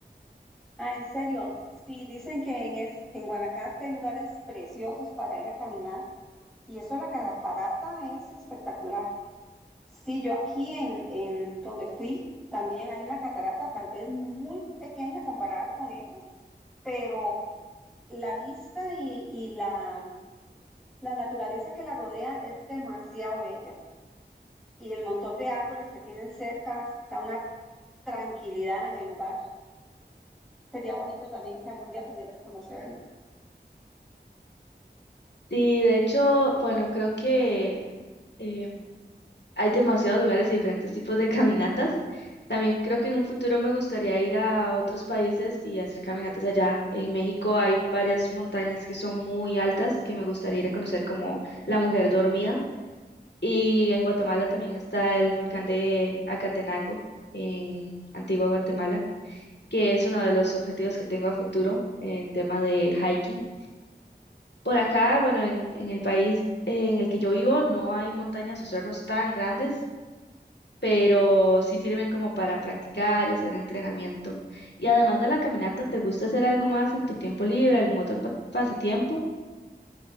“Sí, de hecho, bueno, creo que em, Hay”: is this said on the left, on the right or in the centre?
Left